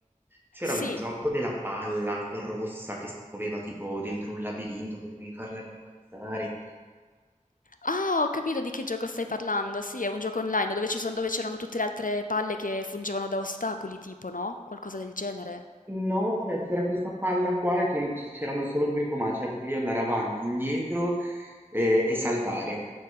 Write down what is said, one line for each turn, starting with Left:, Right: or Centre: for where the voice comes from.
Right: C'era un
Left: Sì.
Right: gioco della palla rossa che si muoveva tipo dentro un labirinto che dovevi farla rimbalzare.
Left: Ah, ho capito di che gioco stai parlando. Sì, è un gioco online dove ci son dove c'erano tutte le altre palle che fungevano da ostacoli tipo, no, qualcosa del genere.
Right: No, cioè c'era questa palla qua e tu- c- c'erano solo due comandi, cioè potevi andare avanti, indietro eh, e saltare.